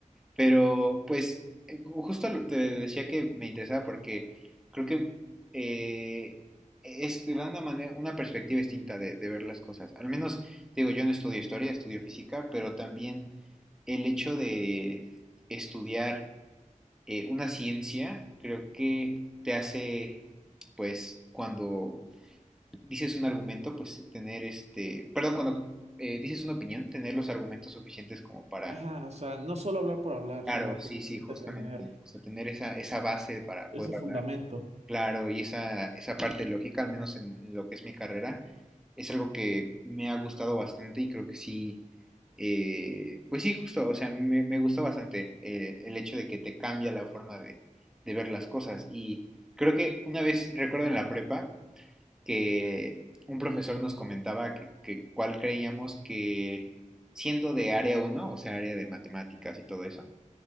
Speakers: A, in the centre; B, on the right.
A: Pero pues eh, justo lo- te decía que me interesaba porque creo que eh, es de una manera, una perspectiva distinta de, de ver las cosas. Al menos, digo, yo no estudio historia, estudio física, pero también el hecho de estudiar eh, una ciencia creo que te hace, pues, cuando dices un argumento, pues tener este, perdón, cuando eh, dices una opinión, tener los argumentos suficientes como para
B: Ajá, o sea, no solo hablar por hablar,
A: Claro,
B: sino generalmente
A: sí, sí, justamente.
B: tener
A: O sea, tener esa, esa base para
B: ese
A: poder
B: fundamento.
A: hablar. Claro, y esa, esa parte lógica, al menos en lo que es mi carrera, es algo que me ha gustado bastante y creo que sí, eh, pues sí, justo, o sea, me, me gustó bastante eh, el hecho de que te cambia la forma de, de ver las cosas. Y creo que una vez, recuerdo en la prepa, que un profesor nos comentaba que, que cuál creíamos que, siendo de área uno, o sea, área de matemáticas y todo eso,